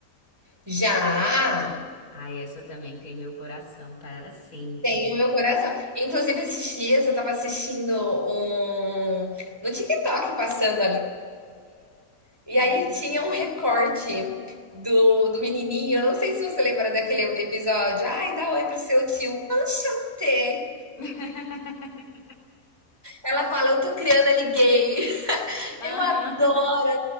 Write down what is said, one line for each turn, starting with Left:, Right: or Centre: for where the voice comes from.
Right: Já
Left: Ah, essa também tem meu coração para sempre.
Right: tem o meu coração. Inclusive, esses dias eu estava assistindo um no TikTok passando ali E aí
Left: Uhum.
Right: tinha um recorte do, do menininho, eu não sei se você lembra daquele episódio, ai, dá oi pro seu tio, enchanté.
Left: <laughs>
Right: Ela fala, eu tô criando ali gay. <laughs>
Left: Aham.
Right: Eu adoro,